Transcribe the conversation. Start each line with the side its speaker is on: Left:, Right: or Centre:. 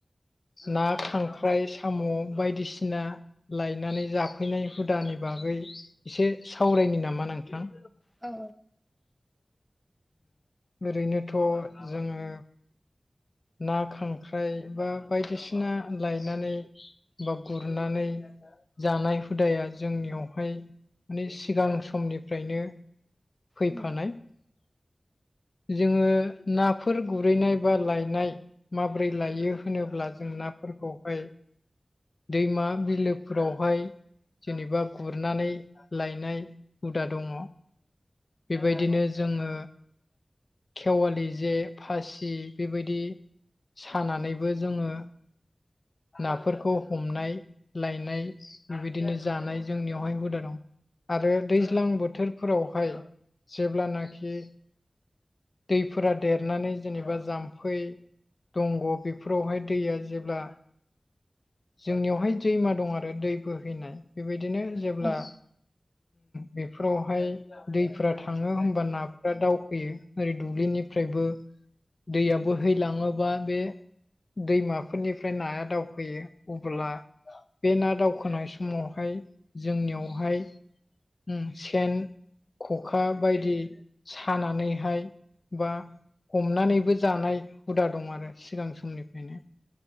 Left: ना खांख्राइ साम' बायदिसिना लायनानै जाफैनाय हुदानि बागै एसे सावरायनि नामा नोंथां
Centre: औ
Left: ओरैनोथ' जोङो ना खांख्राइ बा बायदिसिना लायनानै बा गुरनानै जानाय हुदाया जोंनियावहाय माने सिगां समनिफ्रायनो फैफानाय
Centre: औ
Left: जोङो नाफोर गुरैनाय बा लाइ नाय माब्रै लायो होनोब्ला जों नाफोरखौहाय दैमा बिलो फोरावहाय जेनेबा गुरनानै लायनाय हुदा दङ बेबायदिनो जोङो खेवालि जे फासि बेबायदि बिदि सानानैबो जोङो नाफोरखौ हमनाय लायनाय बेबायदिनो जानाय जोंनियावहाय हुदा दं आरो दैज्लां बोथोर फोरावहाय जेब्लानाखि दैफोरा देरनानै जेनेबा जाम्फ उफै दंग' बेफोरावहाय दैया जेब्ला जोंनियावहाय दैमा दं आरो दै बोहैनाय बेबायदिनो जेब्ला
Centre: नोंथां
Left: बेफोरावहाय दैफोरा थाङो होमबा नाफोरा दावखोयो ओरै दुब्लिनिफ्रायबो दैआ बोहैलाङोबा बे दैमाफोरनिफ्राय नाया दावखैयो। अब्ला बे ना दावखोनाय समावहाय जोंनियावहाय उम सेन ख'खा बायदि सानानैहाय बा हमनानैबो जानाय हुदा दं आरो सिगां समनिफ्रायनो।